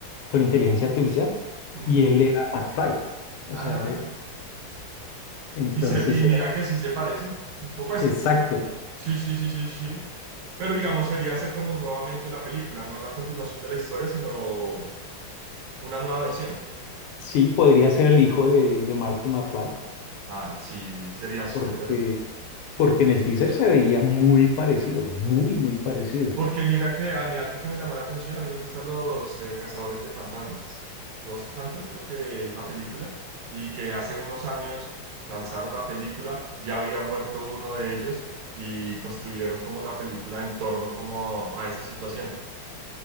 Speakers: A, on the left (about 80°); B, on the right (about 75°).
A: con inteligencia artificial,
B: Ujú.
A: y él era McFly. O
B: Ah.
A: sea, era- entonces
B: Y, se, y mira
A: era-
B: que sí se parece. un po- Pues
A: exacto.
B: sí, sí, sí, sí, sí. Pero digamos, sería hacer como nuevamente la película, no la continuación de la historia, sino una nueva versión.
A: Sí, podría ser el hijo de, de Marty McFly.
B: Ah, sí, sería súper.
A: Porque, porque en el teaser se veía muy parecido, muy, muy parecido.
B: Porque mira que a mí algo que me llamó la atención, a mí me gustan los eh, cazadores de fantasmas. Ghost Hunter creo que es la película y que hace unos años lanzaron la película, ya había muerto uno de ellos y construyeron como la película en torno como a esa situación.